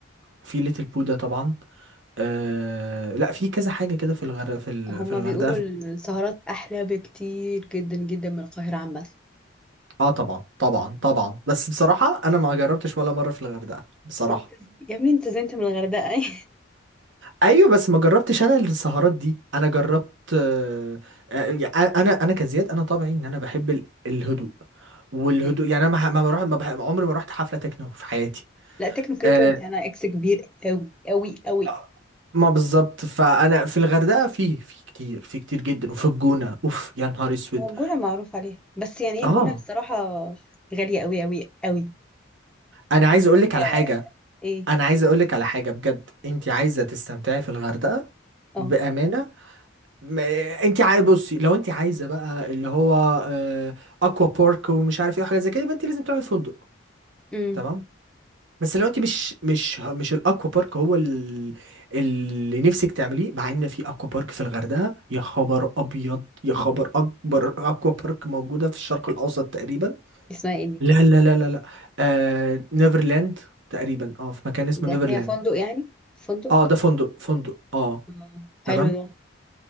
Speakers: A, on the right; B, in the centre.
A: في ليتل بودا طبعا آه لا في كذا حاجة كده في الغردقة في ال-
B: هما
A: في الغردقة
B: بيقولوا السهرات احلى بكتير جدا جدا من القاهره عامه
A: اه طبعا طبعا طبعا بس بصراحة انا ما جربتش ولا مرة في الغردقة بصراحة
B: انت يا ابني انت زي انت من الغردقه <laughs>
A: ايوه بس ما جربتش انا السهرات دي انا جربت آه، آه، آه، انا انا كزياد انا طبيعي ان انا بحب ال- الهدوء والهدوء
B: اوكي
A: يعني انا ما ح- ما بروح ما بح- عمري ما رحت حفله تكنو في حياتي
B: لا تكنو كده
A: آه،
B: كده دي انا اكس كبير قوي قوي قوي
A: آه، ما بالظبط فانا في الغردقه في في كتير في كتير جدا وفي الجونه اوف يا نهار اسود
B: هو الجونه معروف عليها بس يعني ايه
A: اه
B: الجونه الصراحه غاليه قوي قوي قوي
A: انا عايز
B: محتاجه
A: اقول لك على حاجه
B: ايه
A: انا عايز اقول لك على حاجه بجد انت عايزه تستمتعي في الغردقه
B: اه
A: بامانه ما- انت عاي بصي لو انت عايزه بقى اللي هو آه، اكوا بارك ومش عارف ايه وحاجات زي كده يبقى انت لازم تروحي فندق
B: امم
A: تمام بس لو انت مش مش مش الاكوا بارك هو ال- اللي نفسك تعمليه مع ان في اكوا بارك في الغردقه يا خبر ابيض يا خبر اكبر اكوا بارك موجوده في الشرق الاوسط تقريبا
B: اسمها ايه دي
A: لا لا لا لا لا آه نيفرلاند تقريبا اه في مكان اسمه
B: ده
A: نيفرلاند
B: فيها فندق يعني فندق
A: اه ده فندق فندق اه
B: آه.
A: تمام
B: حلو ده